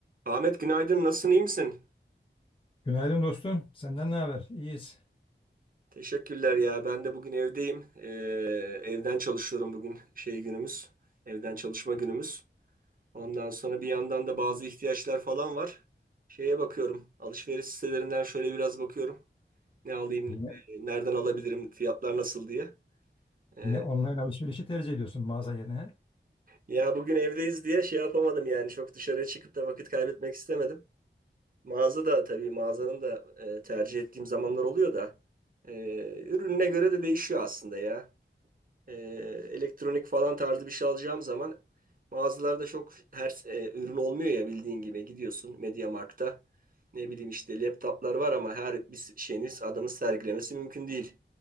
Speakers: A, on the right; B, on the left.
A: Ahmet günaydın. Nasılsın? iyi misin?
B: Günaydın dostum. Senden ne haber? İyiyiz.
A: Teşekkürler ya. Ben de bugün evdeyim. Ee, evden çalışıyorum bugün. Şey günümüz. Evden çalışma günümüz. Ondan sonra bir yandan da bazı ihtiyaçlar falan var. Şeye bakıyorum. Alışveriş sitelerinden şöyle biraz bakıyorum. Ne alayım,
B: Yine,
A: e, nereden alabilirim, fiyatlar nasıl diye. Ee,
B: yine online alışverişi tercih ediyorsun mağaza yerine.
A: ya bugün evdeyiz diye şey yapamadım yani. Çok dışarıya çıkıp da vakit kaybetmek istemedim. Mağaza da tabii mağazanın da e, tercih ettiğim zamanlar oluyor da. e, ürününe göre de değişiyor aslında ya. e, elektronik falan tarzı bir şey alacağım zaman mağazalarda çok her e, ürün olmuyor ya bildiğin gibi gidiyorsun MediaMarkt'ta ne bileyim işte laptoplar var ama her bir şeyiniz adamın sergilemesi mümkün değil.